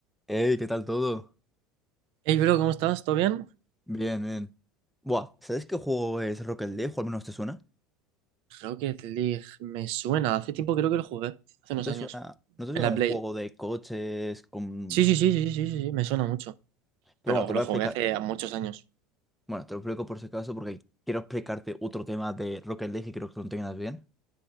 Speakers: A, in the centre; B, on the right (about 60°).
A: Hey, ¿qué tal todo?
B: Hey, bro, ¿cómo estás? ¿Todo bien?
A: Bien, bien. Buah, ¿sabes qué juego es Rocket League? O al menos te suena.
B: Rocket League, me suena. Hace tiempo creo que lo jugué, hace unos
A: ¿No te
B: años.
A: suena, no te suena
B: En la
A: un
B: Play.
A: juego de coches con...
B: Sí, sí, sí, sí, sí, sí, sí, me suena mucho.
A: Pero
B: Pero
A: bueno, te lo
B: lo
A: voy a
B: jugué
A: explicar.
B: hace muchos años.
A: Bueno, te lo explico por si acaso porque quiero explicarte otro tema de Rocket League y creo que lo entiendas bien.